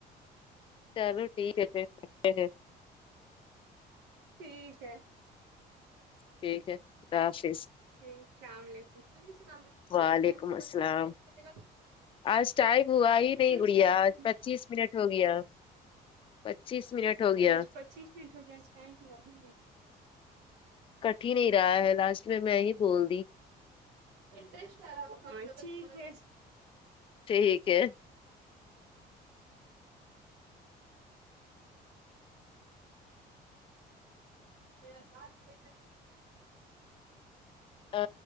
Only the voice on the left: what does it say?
چلو ٹھیک ہے پھر رکھتے ہیں
ٹھیک ہے خدا حافظ
وعلیکم
السلام آج ٹائم ہوا ہی نہیں
گڑیا
آج
پچیس منٹ ہو گیا پچیس منٹ ہو گیا
کٹ ہی نہیں رہا ہے لاسٹ میں میں ہی بول دی
ٹھیک ہے
آ